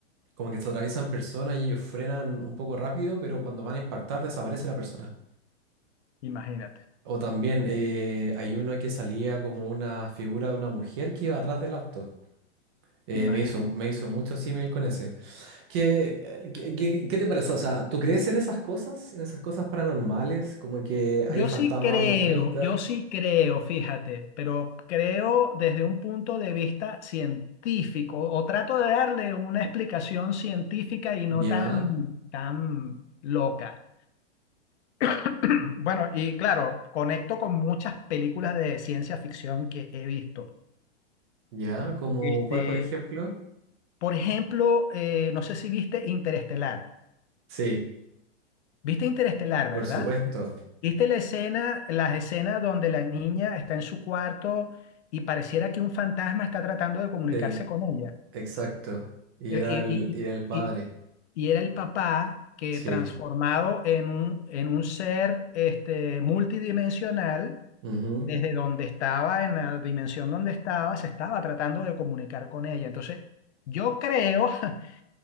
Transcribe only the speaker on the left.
Imagínate,
imagínate.
Yo
sí creo,
yo sí creo, fíjate, pero creo desde un punto de vista científico o trato de darle una explicación científica y no
tan, tan loca. <clears throat> Bueno, y claro, conecto con muchas películas de ciencia ficción que he visto.
Este,
por ejemplo, eh, no sé si viste Interestelar.
¿Viste Interestelar,
verdad?
¿Viste la escena, las escenas donde la niña está en su cuarto y pareciera que un fantasma está tratando de comunicarse
con ella?
Eh,
eh,
Y,
y- y- y era el papá que
transformado en un, en un ser este, multidimensional,
desde donde estaba, en la dimensión donde estaba, se estaba tratando de comunicar con ella. Entonces, yo creo <laughs>